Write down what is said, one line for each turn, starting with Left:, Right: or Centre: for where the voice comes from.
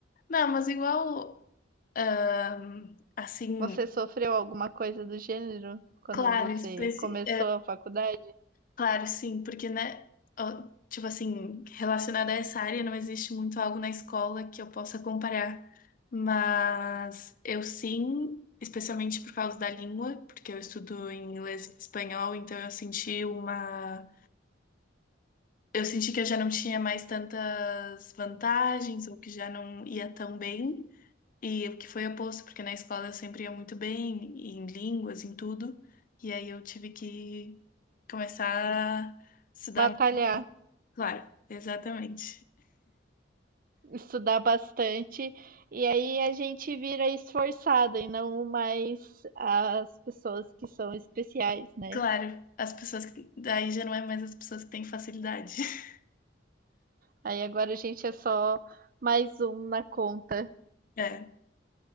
Left: Não, mas igual hum, assim,
Right: Você sofreu alguma coisa do gênero quando
Left: claro,
Right: você
Left: específico.
Right: começou a faculdade?
Left: Claro, sim, porque, né, ó, tipo assim, relacionada a essa área, não existe muito algo na escola que eu possa comparar. Mas eu sim, especialmente por causa da língua, porque eu estudo em inglês e espanhol, então eu senti uma. Eu senti que eu já não tinha mais tantas vantagens, ou que já não ia tão bem. E o que foi oposto, porque na escola eu sempre ia muito bem, em línguas, em tudo. E aí eu tive que começar a estudar
Right: Batalhar,
Left: Claro, exatamente.
Right: estudar bastante, e aí a gente vira esforçada e não mais as pessoas que são especiais, né?
Left: Claro, as pessoas que. Daí já não é mais as pessoas que têm facilidade. <laughs>
Right: Aí agora a gente é só mais um na conta.
Left: É.